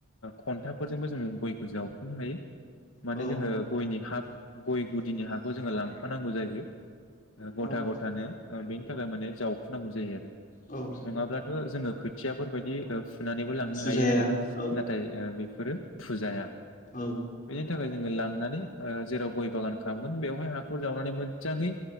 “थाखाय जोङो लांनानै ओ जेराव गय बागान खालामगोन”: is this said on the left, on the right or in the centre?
Left